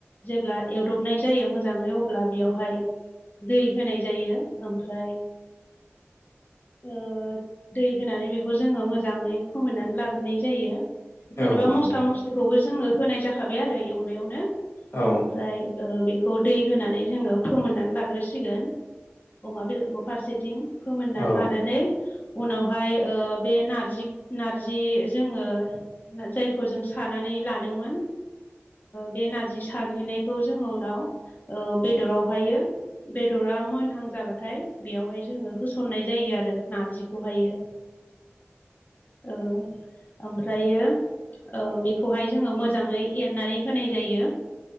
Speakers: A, on the left; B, on the left.
A: जेब्ला ए दबनाय जायो मोजाङै अब्ला बेयावहाय दै होनाय जायो ओमफ्राय
B: <inaudible>
A: ओ दै होनानै बेखौ जोङो मोजाङै फोमोननानै लाग्रोनाय जायो जेनेबा
B: औ नोंथां
A: मस्ला मस्लिखौबो जोङो होनाय जाखाबाय आरो एवनायावनो
B: औ
A: ओमफ्राय ओ बेखौ दै होनानै जोङो फोमोननानै लाग्रोसिगोन अमा बेदरखौ फारसेथिं फोमोननानै
B: औ
A: लानानै उनावहाय ओ बे नारजि-नारजि जोङो जायखौ जों सानानै लादोंमोन बे ओ नारजि साग्लिनाय खौ जोङो उनाव बेदरावहायो बेदरा मोनहां जाबाथाय बेयावहाय जोङो होसननाय जायो आरो नारजिखौहायो
B: <inaudible>
A: ओ ओमफ्रायो ओ बेखौहाय जोङो मोजाङै एरनानै होनाय जायो